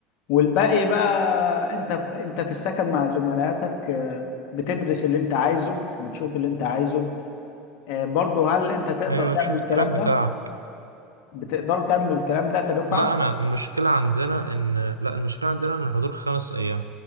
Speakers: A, on the left; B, on the right.
A: والباقي بقى انت انت في السكن مع زملائاتك آه، بتدرس اللي انت عايزه بتشوف اللي انت عايزه آه، برضه هل انت تقدر
B: أيوة
A: تعمل
B: تشوف
A: الكلام
B: التراك بتاعك
A: ده بتقدروا تعملوا الكلام ده كدفعة
B: لا انا المشكله عندنا ان لا المشكله عندنا ان الحضور خمس ايام